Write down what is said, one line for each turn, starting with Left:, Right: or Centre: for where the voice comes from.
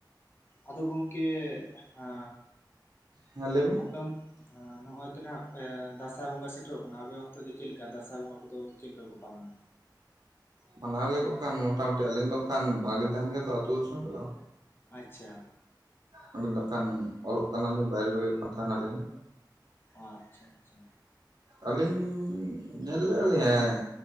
Left: ᱟᱫᱚ ᱜᱚᱝᱠᱮ ᱮᱻ
Right: ᱦᱮᱸ ᱞᱟᱹᱭ ᱵᱤᱱ
Left: ᱟᱯᱮ ᱱᱚᱜᱚᱭ ᱛᱚᱦᱱᱟᱜ ᱮ ᱫᱟᱸᱥᱟᱭ ᱵᱚᱸᱜᱟ ᱥᱮᱴᱮᱨᱚᱜ ᱠᱟᱱᱟ ᱟᱵᱮ ᱚᱱᱛᱮ ᱫᱚ ᱪᱮᱫᱮᱠᱟ ᱫᱟᱸᱥᱟᱭ ᱵᱚᱸᱜᱟ ᱠᱚᱫᱚ ᱪᱮᱫᱠᱟ ᱠᱚ ᱯᱟᱞᱚᱱ
Right: ᱢᱟᱱᱟᱣ ᱜᱮ ᱠᱚᱜ ᱠᱷᱟᱱ ᱢᱳᱚᱴᱟᱢᱩᱴᱤ ᱟᱹᱞᱤᱧ ᱫᱚᱜ ᱠᱷᱟᱱ ᱵᱟᱝᱞᱤᱧ ᱛᱟᱦᱮᱱ ᱜᱮᱭᱟ ᱛᱚ ᱟ ᱟᱹᱛᱩ ᱫᱤᱥᱚᱢ ᱨᱮᱫᱚ᱾
Left: ᱟᱪᱷᱟ
Right: ᱟᱹᱞᱤᱧ ᱫᱚᱠᱷᱟᱱ ᱚᱞᱚᱜ ᱠᱟᱱᱟᱞᱤᱧ ᱵᱟᱭᱨᱮ ᱨᱮᱜᱮ ᱠᱟᱱ ᱛᱟᱦᱮᱱᱟᱞᱤᱧ
Left: ᱟᱪᱪᱷᱟ ᱟᱪᱪᱷᱟ
Right: ᱟᱹᱞᱤᱧ ᱧᱮᱞ ᱞᱮᱫᱼᱟ ᱞᱤᱧ ᱦᱮᱸ